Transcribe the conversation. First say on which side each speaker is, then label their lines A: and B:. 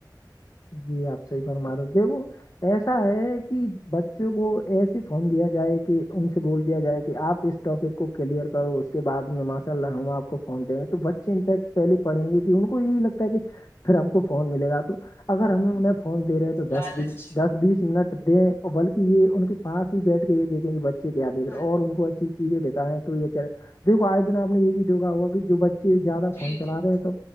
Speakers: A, on the left; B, on the left.
A: جی آپ صحی پرمارے دیکھو ایسا ہے کہ ب بچوں کو ایس فون دیا جائے کہ ان بول دیا جائے کہ آپ اس ٹاپک کو کلیئر کرو اس کے بع میں ماشاء اللہ ہوں آپ کو فون دیں گے تو بچے انفیکٹ پہلے پڑھیں گے کہ ان کو یہی لگتا ہے کہ پھر ہم کو فون ملے گا تو اگر ہم انہیں فون دے رہے ہیں تو دس
B: لالچ
A: بیس دس بیس منٹ دیں اور بلکہ یہ ان کے پاس ہی بیٹھ کے یہ دتےیں کہ بچے کیا دیک
B: ہاں
A: رہ اور ان کو اچھے ا چیزیں دکھایں تو یہ اے دیکو آج دن آپ نے یہ بھی گ ہوا کہ جو بچے زیادہ
B: جی
A: فون چلا
B: جی
A: رہے ہیں تو